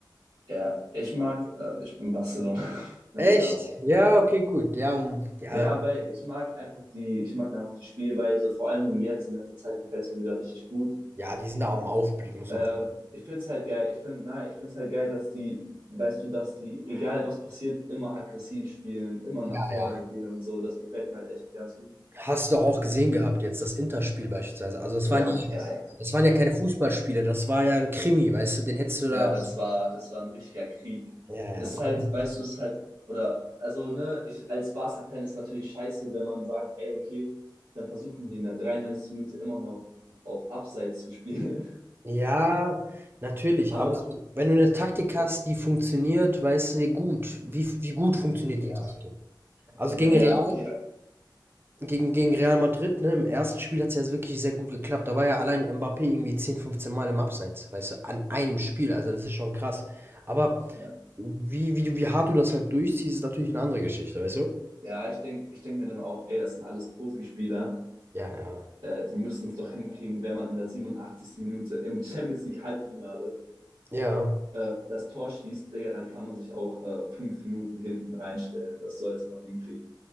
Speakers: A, on the right (about 80°); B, on the right (about 30°).
A: ja. Ich mag, äh, ich bin Barcelona-Fan,
B: echt?
A: <laughs> aber.
B: Ja, okay, gut. Ja, hm, ja,
A: Ja, weil ich mag einfach die, ich mag einfach die Spielweise, vor allen Dingen jetzt in letzter Zeit gefällt es mir wieder richtig gut.
B: ja, die sind da am Aufblick, muss
A: Äh,
B: man sagen.
A: ich finde es halt geil, ich finde, na, ich finde es halt geil, dass die, weißt du, dass die, egal was passiert, immer aggressiv spielen, immer nach
B: Ja,
A: vorne
B: ja.
A: gehen und so. Das gefällt mir halt echt ganz gut.
B: Hast du doch auch gesehen gehabt jetzt, das Interspiel beispielsweise. Also das
A: Ja,
B: waren ja
A: ja, ja.
B: das waren ja keine Fußballspiele, das war ja ein Krimi, weißt du, den hättest du da
A: Ja, das war, das war ein richtiger Krieg.
B: ja, ja,
A: Ist
B: das
A: halt,
B: war wirklich
A: weißt du, ist halt, oder, also, ne, ich als Barca-Fan ist natürlich scheiße, wenn man sagt, ey, okay, dann versuchen die in der 93. Minute immer noch auf Abseits zu spielen.
B: ja, natürlich,
A: <laughs> Aber,
B: aber so wenn du eine Taktik hast, die funktioniert, weißt du gut, wie wie gut funktioniert
A: ja,
B: die Taktik? Also
A: naja,
B: gegen Real
A: okay, also,
B: gegen gegen Real Madrid, ne, im ersten Spiel hat's ja wirklich sehr gut geklappt. Da war ja allein Mbappé irgendwie 10, 15 Mal im Abseits, weißt du, an einem Spiel, also das ist schon krass. Aber
A: ja.
B: wie wie du wie hart du das halt durchziehst, ist natürlich eine andere Geschichte, weißt du?
A: Ja, ich denke, ich denk mir dann auch, ey, das sind alles Profispieler.
B: Ja, ja.
A: Äh, die müssen es doch hinkriegen, wenn man in der 87. Minute im Champions League Halbfinale
B: Ja,
A: äh, das Tor schießt, Digga, dann kann man sich auch äh, fünf Minuten hinten reinstellen. Das sollte man hinkriegen.